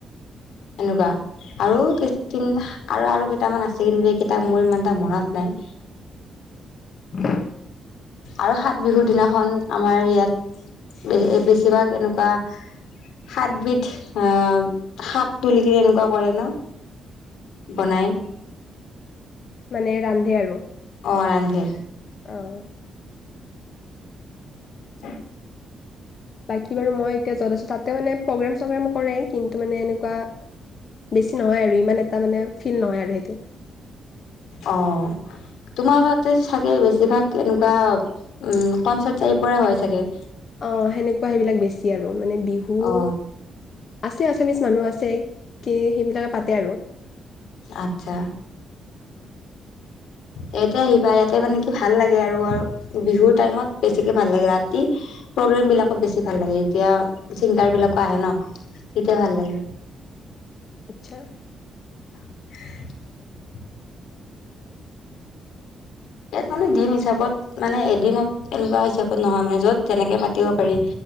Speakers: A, on the left (about 85°); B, on the left (about 55°).
A: এনেকুৱা আৰু কৃত্ৰিম
B: অ
A: সা আৰু আৰু কেইটামান আছিল এইকেইটা মোৰ ইমান এটা মনত নাই।
B: <unintelligible>
A: আৰু সাত বিহুৰ
B: আচ্ছা
A: দিনাখন, আমাৰ ইয়াত বে-বেছিভাগ এনেকুৱা সাতবিধ আ শাক তুলি তুলি এনেকুৱা কৰে ন। বনায়
B: মানে ৰান্ধে আৰু।
A: অ', ৰান্ধে।
B: অ'
A: <unintelligible>
B: বাকী বাৰু মই এতিয়া য'ত আছো, তাতে মানে প্ৰগ্ৰেম চগ্ৰেম কৰে কিন্তু মানে এনেকুৱা বেছি নহয় আৰু ইমান এটা মানে ফিল নহয় আৰু সেইটো।
A: অ', তোমাৰ তাতে চাগে বেছিভাগ এনেকুৱা উম, কনচাৰ্ট টাইপৰে হয় চাগে।
B: অ', সেনেকুৱা সেইবিলাক বেছি আৰু মানে বিহু
A: অ
B: আছে, আচামিছ মানুহ আছে, কি সেইবিলাকে পাতে আৰু।
A: আচ্ছা। ইয়াতে আহিবা, ইয়াতে মানে কি ভাল লাগে আৰু আৰু বিহুৰ টাইমত বেছিকে ভাল লাগে, ৰাতি প্ৰগ্ৰেম বিলাকত বেছি ভাল লাগে, যেতিয়া চিংগাৰ বিলাকো আহে ন, তেতিয়া
B: অ
A: ভাল লাগে।
B: আচ্ছা।
A: <unintelligible> ইয়াত মানে দিন হিচাপত মানে এদিনত এনেকুৱা হিচাপত নহয় মানে য'ত যেনেকে পাতিব পাৰি।